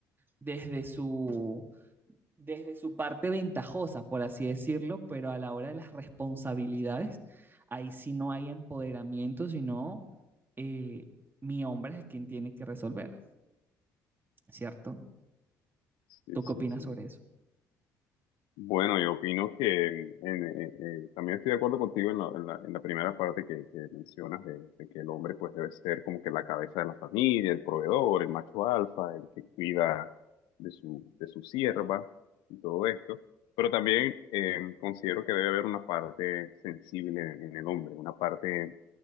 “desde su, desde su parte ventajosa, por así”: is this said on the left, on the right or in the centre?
Right